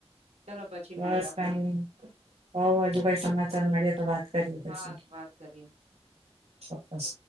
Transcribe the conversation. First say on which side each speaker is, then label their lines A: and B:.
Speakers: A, on the right; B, on the right.
A: ચાલો પછી
B: બસ
A: મળીએ આપણે
B: કઈ હોવ હજુ ભાઈ સમાચાર મળીએ તો વાત કરીએ પછી
A: હા વાત કરીએ
B: બસ